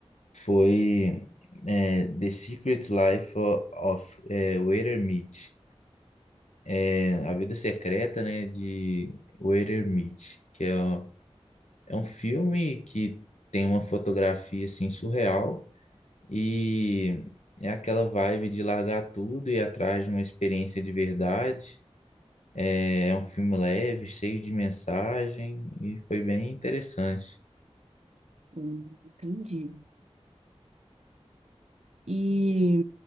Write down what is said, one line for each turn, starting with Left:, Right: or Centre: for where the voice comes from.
Left: foi é, The Secret Life of, of, é, Walter Mitty. É, A Vida Secreta, né, de Walter Mitty, que é, ó, é um filme que tem uma fotografia, assim, surreal e é aquela vibe de largar tudo e ir atrás de uma experiência de verdade. É, é um filme leve, cheio de mensagem e foi bem interessante.
Right: Hum, Entendi. E